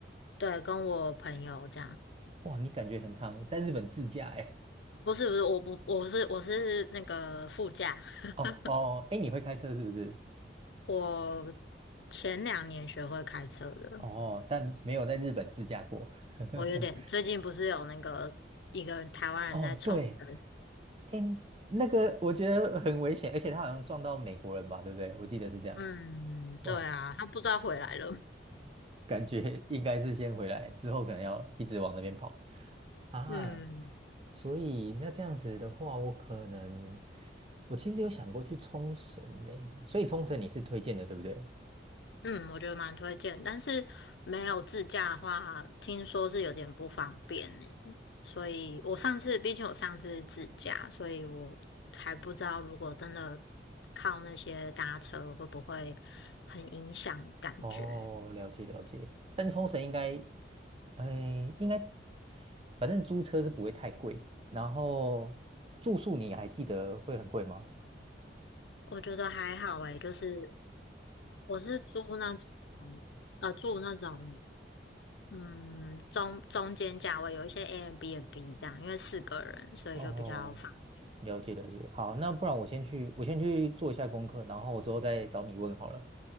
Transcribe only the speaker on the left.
对，跟我朋友这样。
不是不是，我不我是我是那个副驾。<laughs>
我前两年学会开车的，
我有点最近不是有那个一个人台湾人在冲绳，
嗯，对啊，
他不知道回来了，
<laughs> 嗯。
嗯，我觉得蛮推荐，但是没有自驾的话，听说是有点不方便呢。所以我上次，毕竟我上次是自驾，所以我还不知道如果真的靠那些搭车会不会很影响感觉。
我觉得还好诶，就是我是租那种呃住那种嗯中中间价位，有一些 Airbnb 这样，因为四个人，所以就比较方便。